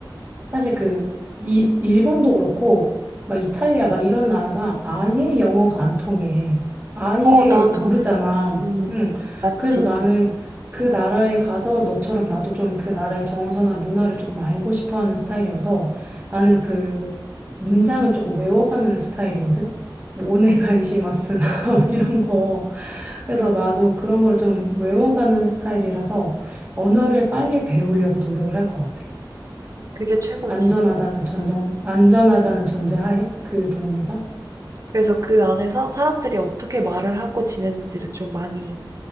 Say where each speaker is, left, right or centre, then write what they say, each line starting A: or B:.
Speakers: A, on the right (about 20°); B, on the right (about 40°).
A: 사실 그 이, 일본도 그렇고 막 이탈리아 막 이런 나라가 아예 영어가 안 통해. 아예
B: 어, 나도.
A: 모르잖아.
B: 음,
A: 응.
B: 맞지,
A: 그래서 나는
B: 맞지.
A: 그 나라에 가서 너처럼 나도 좀 그 나라의 정서나 문화를 조금 알고 싶어 하는 스타일이어서 나는 그 문장을 조금 외워가는 스타일이거든. 뭐 오네가이시마스나
B: 음,
A: <laughs> 이런 거. 그래서 나도 그런 걸 좀 외워가는 스타일이라서 언어를 빨리 배우려고 노력을 할 것 같아.
B: 그게 최고지.
A: 안전하다는 전전, 안전하다는 전제하에 그 동네가?
B: 그래서 그 안에서 사람들이 어떻게 말을 하고 지내는지를 좀 많이